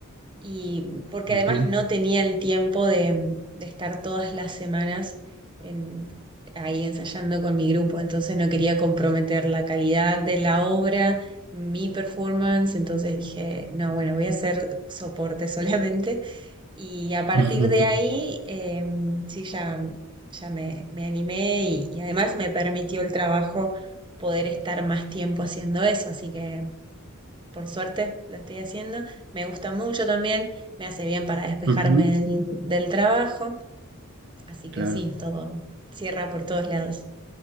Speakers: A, on the right; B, on the right.
A: y porque
B: ujú,
A: además no tenía el tiempo de, de estar todas las semanas en- ahí ensayando con mi grupo, entonces no quería comprometer la calidad de la obra, mi performance, entonces dije, no, bueno, voy a hacer soporte <laughs> solamente y a partir
B: ujú,
A: de ahí
B: <laughs>
A: eh, sí ya, ya me, me animé y, y además me permitió el trabajo poder estar más tiempo haciendo eso, así que por suerte lo estoy haciendo. Me gusta mucho también, me hace bien para despejarme
B: ujú,
A: del, del trabajo. Así
B: Claro.
A: que sí, todo cierra por todos lados.